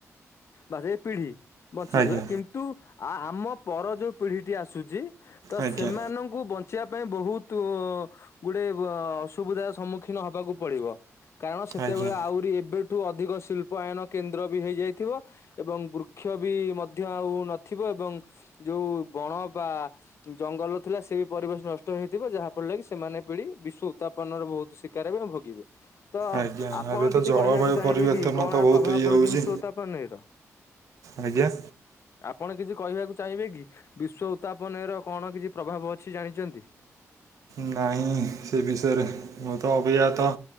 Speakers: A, on the left; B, on the right.
A: ବା ସେ ପିଢି ବଞ୍ଚିଯିବା,
B: ଆଜ୍ଞା
A: କିନ୍ତୁ ଆ ଆମ ପର ଯୋଉ ପିଢିଟି ଆସୁଛି ତ
B: ଆଜ୍ଞା
A: ସେମାନ କୁ ବଞ୍ଚିବା ପାଇଁ ବହୁତ ଗୁଡେ ଅସୁବିଧାର ସମ୍ମୁଖୀନ ହବାକୁ ପଡିବ। କାରଣ ସେତେବେଳେ
B: ଆଜ୍ଞା
A: ଆହୁରି ଏବେଠୁ ଅଧିକ ଶିଳ୍ପାୟନ କେନ୍ଦ୍ର ବି ହେଇଯାଇଥିବ। ଏବଂ ବୃକ୍ଷ ବି ମଧ୍ୟ ଆଉ ନଥିବ ଏବଂ ଯୋଉ ବଣ ବା ଜଙ୍ଗଲ ଥିଲା ସେ ବି ପରିବେଶ ନଷ୍ଟ ହେଇଥିବ ଯାହା ଫଳରେ କିି ସେମାନେ ପିଢି ବିଶ୍ଵ ଉତାପନ ର ବହୁତ ସୀ କାର ବି ଭୋଗିବେ। ତ
B: ଆଜ୍ଞା
A: ଆପଣ
B: ଏବେ ତ
A: କିଛି
B: ଜଳବାୟୁ
A: କହିବାକୁ ଚାହିଁବେ
B: ପରିବର୍ତ୍ତନ
A: କି କଣ
B: ତ
A: ଆ
B: ବହୁତ
A: ପ୍ରଭାବ
B: ଇଏ
A: ପଡୁଛି
B: ହେଉଛି
A: ବିଶ୍ଵ ଉତ୍ତାପନି ର?
B: ଆଜ୍ଞା।
A: ଆପଣ କିଛି କହିବାକୁ ଚାହିଁବେ କି ବିଶ୍ଵ ଉତ୍ତାପନିର କଣ କିଛି ପ୍ରଭାବ ଅଛି ଜାଣିଛନ୍ତି?
B: ନାଇଁ ସେ ବିଷୟରେ ମୁ ତ ଅବି ଜ୍ଞତା